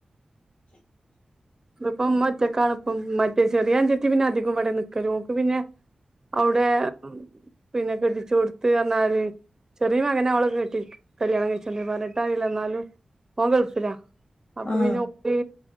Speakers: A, on the left; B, on the right.
A: ച്ച. <unintelligible>
B: ഇത്പ്പം ഉമ്മ ഒറ്റക്കാണ്പ്പം മറ്റേ ചെറിയ അഞ്ചത്തി പിന്നെ അധികം ഇവടെ നിക്കല് ഓക്ക് പിന്നെ. അവ്ടെ പിന്നെ കെട്ടിച്ചോട്ത്ത്ർഞ്ഞാല്. ചെറിയ മകനെ അവള് കെട്ടി കല്യാണം കഴിച്ചോണ്ട് പതിനെട്ടായില്ല ന്നാലും ഓൻ ഗൾഫിലാ. അപ്പൊ
A: ആഹ്
B: പിന്നെ ഉപ്പി